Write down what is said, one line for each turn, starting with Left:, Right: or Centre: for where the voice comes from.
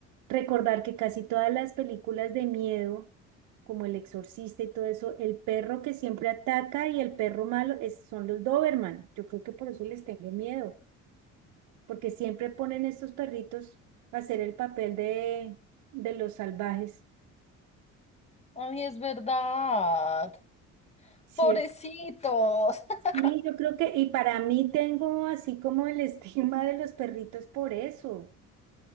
Right: recordar que casi todas las películas de miedo, como El Exorcista y todo eso, el perro que siempre ataca y el perro malo es- son los Doberman. Yo creo que por eso les tengo miedo, porque siempre ponen estos perritos a hacer el papel de, de los salvajes.
Left: Ay, es verdad,
Right: ¿cierto?
Left: pobrecitos. <laughs>
Right: Sí, yo creo que, y para mí tengo así como el <laughs> estigma de los perritos por eso.